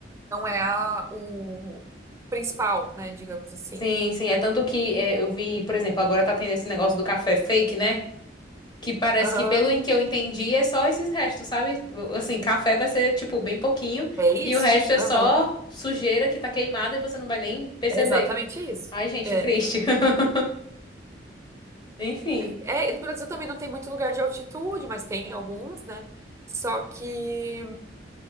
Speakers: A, on the right; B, on the left.
A: não é a, o principal, né? Digamos assim.
B: Sim, sim. É tanto que é, eu vi, por exemplo, agora tá tendo esse negócio do café fake, né? Que parece
A: Aham.
B: que, pelo em que eu entendi, é só esses restos, sabe? Assim, café vai ser, tipo, bem pouquinho
A: É isso?
B: e o resto é
A: Aham.
B: só sujeira que tá queimada e você não vai nem perceber.
A: É exatamente isso.
B: Ai, gente,
A: É.
B: triste. <laughs> Enfim.
A: É, e no Brasil também não tem muito lugar de altitude, mas tem alguns, né? Só que